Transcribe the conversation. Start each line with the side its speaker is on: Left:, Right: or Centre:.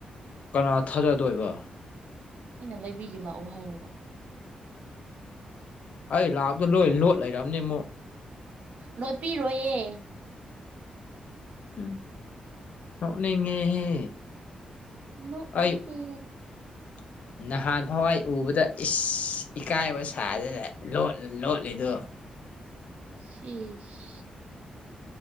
Left: ꯀꯅꯥ ꯊꯥꯖꯗꯣꯏꯕ
Right: ꯃꯤꯅ ꯂꯩꯕꯤꯒꯦ ꯂꯥꯛꯑꯣ ꯍꯥꯏꯔꯕ
Left: ꯑꯩ ꯂꯥꯛꯕꯗꯣ ꯂꯣꯏ ꯂꯣꯠ ꯂꯩꯔꯝꯅꯤ ꯑꯃꯨꯛ
Right: ꯂꯣꯠꯄꯤꯔꯣꯏꯌꯦ
Left: ꯎꯝ ꯅꯣꯛꯅꯤꯡꯉꯦꯍꯦ
Right: ꯅꯣꯛꯑꯣ
Left: ꯑꯩ
Right: ꯍꯦ
Left: <inaudible> ꯅꯍꯥꯟ ꯐꯋꯥꯏ ꯎꯕꯗ ꯏꯁ ꯏꯀꯥꯏꯕ ꯁꯥꯗꯅ ꯂꯣꯠꯂ ꯂꯣꯠꯂꯤꯗꯨ
Right: ꯁꯤꯏꯁ